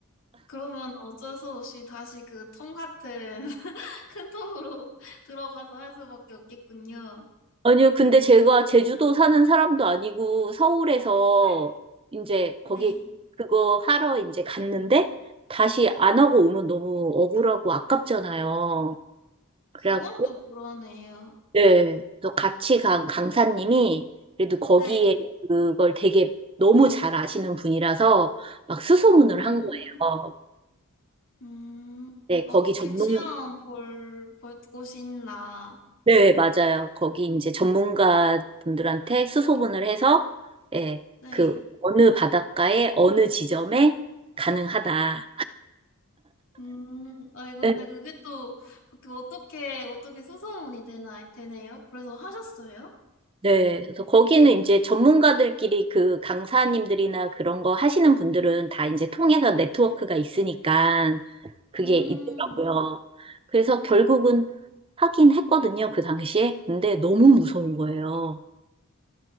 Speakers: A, on the left; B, on the right.
A: 그러면 어쩔 수 없이 다시 그 통 같은 <laughs> 큰 통으로 <laughs> 들어가서 할 수밖에 없겠군요.
B: 아니요, 근데 제가 제주도 사는 사람도 아니고 서울에서
A: 네,
B: 이제 거기
A: 네.
B: 그거 하러 이제 갔는데 다시 안 하고 오면 너무 억울하고 아깝잖아요. 그래갖고,
A: 그건 또 그러네요.
B: 네. 또 같이 간 강사님이 그래도 거기에
A: 네.
B: 그걸 되게 너무 잘 아시는 분이라서 막 수소문을
A: 음,
B: 한 거예요.
A: 음,
B: 네,
A: 어떻게
B: 거기 전문,
A: 시험 볼, 볼 곳이 있나.
B: 네, 맞아요. 거기 이제 전문가 분들한테 수소문을 해서, 예,
A: 네.
B: 그 어느 바닷가에 어느 지점에 가능하다.
A: 음, 아니, 근데
B: 네,
A: 그게 또, 그게 어떻게, 어떻게 수소문이 되나, 되네요? 그래서 하셨어요?
B: 네. 그래서 거기는 이제 전문가들끼리 그 강사님들이나 그런 거 하시는 분들은 다 이제 통해서 네트워크가 있으니까 그게
A: 음,
B: 있더라고요. 그래서 결국은 하긴 했거든요, 그 당시에. 근데 너무 무서운 거예요.